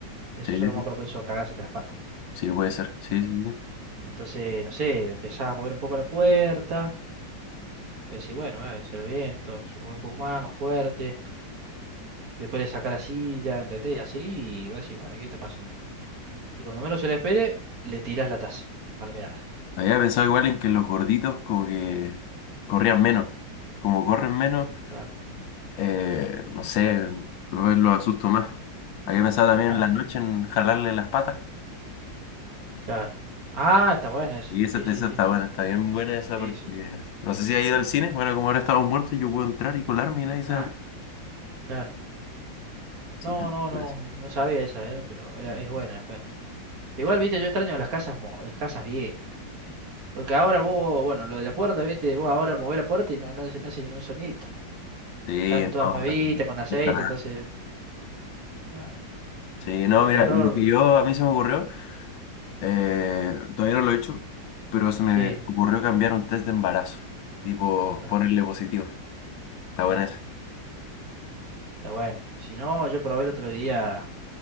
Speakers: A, on the right; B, on the left.
A: eso
B: Sí,
A: es
B: sí,
A: lo más propenso a cagarse tras patas.
B: sí, puede ser. Sí, sí, sí.
A: Entonces, no sé, empezaba a mover un poco la puerta. Y así, bueno, eh, será el viento, se mueve un poco más, más fuerte. Después le saca la silla, ¿entendés? Y así, y va a decir, "Bueno, ¿qué está pasando? Y cuando menos se la espere, le tirás la taza. A la mierda.
B: Había pensado igual en que los gorditos como que corrían menos. Como corren menos,
A: Claro,
B: eh, no sé, lo lo asusto más. Había pensado también
A: claro,
B: en la noche en jalarle las patas.
A: claro. Ah, está bueno eso.
B: Y esa,
A: Sí, sí,
B: esa
A: sí.
B: está buena, está bien buena esa
A: Sí,
B: porque
A: sí. sí.
B: no sé si ha ido al cine. Bueno, como ahora estamos muertos, yo puedo entrar y colarme y nadie se
A: Ah,
B: da cuenta.
A: claro.
B: Sí,
A: No,
B: está bien.
A: no,
B: buena
A: no,
B: esa.
A: no sabía esa, ¿eh? Pero era, es buena, es buena. Igual,
B: Sí,
A: viste, yo extraño las casas, mo- las casas viejas. Porque ahora vos, bueno, lo de la puerta, viste, vos ahora movés la puerta y no, no, hace no hace ningún sonidito.
B: Sí,
A: Están todas
B: no,
A: nuevitas,
B: no, no.
A: con aceite,
B: no,
A: entonces, ah,
B: Sí, no,
A: el
B: mira,
A: terror,
B: lo que yo a mí se me ocurrió, eh, todavía no lo he hecho, pero se me
A: sí,
B: ocurrió cambiar un test de embarazo, tipo
A: claro,
B: ponerle positivo. Está buena
A: claro,
B: esa,
A: está bueno. Si no, yo probé el otro día